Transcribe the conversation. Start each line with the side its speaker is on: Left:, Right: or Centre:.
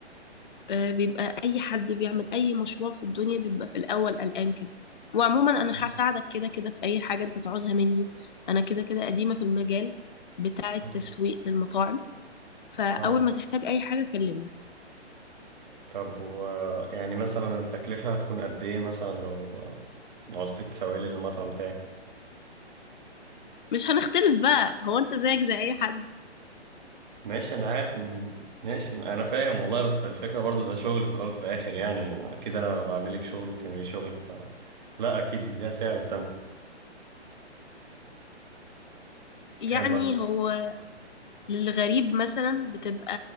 Left: آه، بيبقى اي حد بيعمل اي مشروع في الدنيا بيبقى في الاول قلقان كده وعموما انا
Right: مم.
Left: هساعدك كده كده في اي حاجه انت تعوزها مني انا كده كده قديمه في المجال بتاع التسويق
Right: مم.
Left: للمطاعم فاول
Right: اه
Left: ما تحتاج اي حاجه كلمني
Right: طب و يعني مثلا التكلفة هتكون قد ايه مثلا لو لو عوزتك تسوي لي المطعم بتاعي
Left: مش هنختلف بقى هو انت زيك زي اي حد
Right: ماشي انا عارف ان ماشي انا فاهم والله بس الفكرة برضو ده شغل في الاول وفي الاخر يعني اكيد انا بعمل لك شغل بتعملي لي شغل ف... لا اكيد ليها سعر وتم
Left: يعني
Right: كام مثلا
Left: هو للغريب مثلا بتبقى